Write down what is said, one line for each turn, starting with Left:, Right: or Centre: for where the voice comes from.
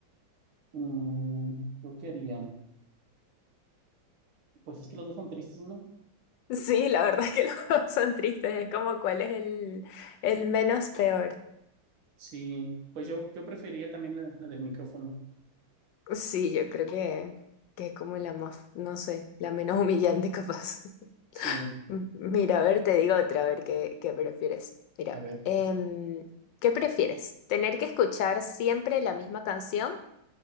Right: Mm, ¿yo qué haría? Pues es que los dos son tristes, ¿no?
Left: Sí, la verdad es que <laughs> los dos son tristes. Es como cuál es el, el menos peor.
Right: Sí, pues yo, yo preferiría también la, la del micrófono.
Left: Sí, yo creo que, que es como la más, no sé, la menos humillante <laughs> capaz.
Right: Sí,
Left: M- Mira, a ver, te digo otra, a ver qué, qué prefieres. Mira,
Right: a ver,
Left: em, ¿qué prefieres? ¿Tener que escuchar siempre la misma canción